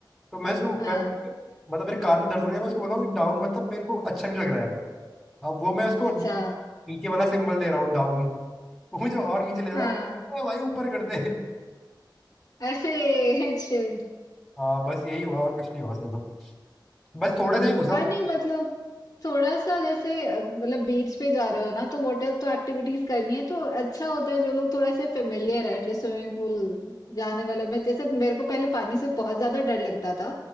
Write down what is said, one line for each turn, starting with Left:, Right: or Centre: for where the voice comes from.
Centre: तो मैं उसको
Left: हाँ
Centre: कर कि- मतलब मेरे कान में दर्द हो रहा है मैं उसको बोल रहा हूँ कि डाउन मतलब मेरे को अच्छा नहीं लग रहा है अब वो मैं उसको
Left: अच्छा
Centre: नीचे वाला सिंबल दे रहा हूँ डाउन वो मुझे और नीचे ले जा
Left: हाँ
Centre: रहा है मैं भाई ऊपर कर दे
Left: ऐसे <laughs>
Centre: हाँ बस यही हुआ और कुछ नहीं हुआ उसमें तो बस थोड़ा सा ही घुसा
Left: हाँ नहीं मतलब थोड़ा सा जैसे अ, मतलब बीच पे जा रहे हो ना तो वाटर तो एक्टिविटीज करनी है तो अच्छा होता है जो लोग थोड़ा से फेमिलियर है एटलीस्ट स्विमिंग पूल जाने वाला मैं जैसे मेरे को पहले पानी से बहुत ज्यादा डर लगता था